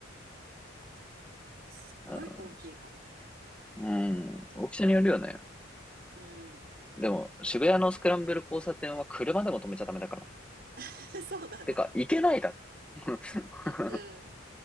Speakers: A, on the right; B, in the centre.
A: すっごい大きいかもね。
B: うん、うん大きさによるよね。
A: だね。うん。
B: でも、渋谷のスクランブル交差点は車でも止めちゃダメだから。
A: <laughs> そうだね。
B: てか、行けないだろ。<laughs>
A: うん。